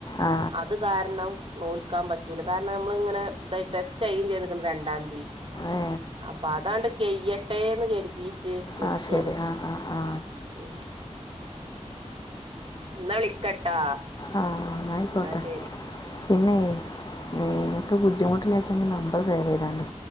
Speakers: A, on the left; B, on the right.
A: ആ
B: അത് കാരണം നോൽക്കാൻ പറ്റൂല കാരണം നമ്മള ഇങ്ങനെ ഇതായി ടെസ്റ്റ് ആും ചെയ്തുക്കണ്ട് രണ്ടാം തീയതി
A: ഏ
B: അപ്പൊ അതാണ്ട് കെയ്യട്ടെന്ന് കരുതി മ നക്കാണ്
A: ആ ശരി ആ ആ ആ
B: ഉ എന്നാ വിളിക്കട്ടാ
A: ആ എന്നായിക്കോട്ടെ
B: എന്നാ ശെരി
A: പിന്നെ നിനിക്ക് ബുദ്ധിമുട്ടില്ലച്ചെിൽ നമ്പർ സേവ് ചെയ്താണ്ട്